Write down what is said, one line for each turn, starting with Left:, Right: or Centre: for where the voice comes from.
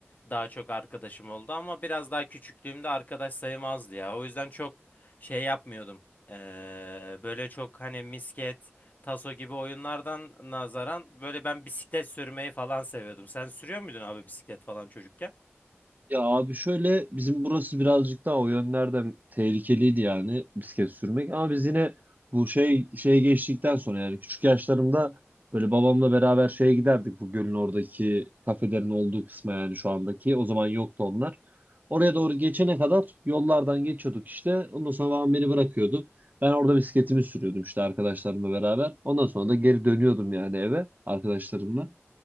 Left: daha çok arkadaşım oldu ama biraz daha küçüklüğümde arkadaş sayım azdı ya. O yüzden çok şey yapmıyordum. Ee, böyle çok hani misket, taso gibi oyunlardan nazaran böyle ben bisiklet sürmeyi falan seviyordum. Sen sürüyor muydun abi bisiklet falan çocukken?
Right: Ya abi şöyle bizim burası birazcık daha o yönlerden tehlikeliydi yani bisiklet sürmek ama biz yine bu şey şeye geçtikten sonra yani küçük yaşlarımda böyle babamla beraber şeye giderdik bu gölün oradaki kafelerin olduğu kısma yani şu andaki o zaman yoktu onlar. Oraya doğru geçene kadar yollardan geçiyorduk işte ondan sonra babam beni bırakıyordu. Ben orada bisikletimi sürüyordum işte arkadaşlarımla beraber ondan sonra da geri dönüyordum yani eve arkadaşlarımla.